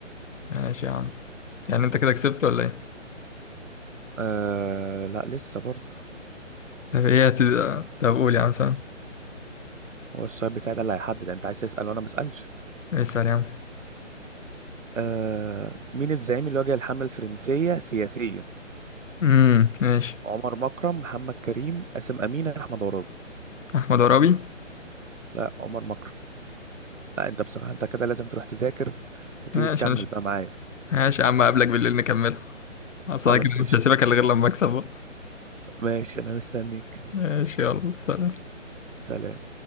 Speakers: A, on the left (about 80°); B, on the right (about 80°).
A: ماشي يا عم يعني انت كده كسبت ولا ايه
B: آه لا لسه برضه
A: طب ايه هت... طب قول يا عم سلام
B: هو السؤال بتاعي ده اللي هيحدد يعني انت عايز تسأل وانا ما اسالش
A: اسأل يا عم
B: آه مين الزعيم اللي واجه الحملة الفرنسية سياسيا
A: امم ماشي
B: عمر مكرم محمد كريم قاسم أمين أحمد عرابي
A: احمد عرابي
B: لا عمر مكرم لا انت بصراحة انت كده لازم تروح تذاكر وتيجي
A: ماشي
B: تكمل
A: ماشي
B: بقى معايا
A: ماشي يا عم اقابلك بالليل نكملها اصل
B: خلاص
A: انا كده
B: قشطة
A: مش هسيبك الا غير لما اكسب بقى.
B: ماشي انا مستنيك
A: ماشي يلا سلام
B: سلام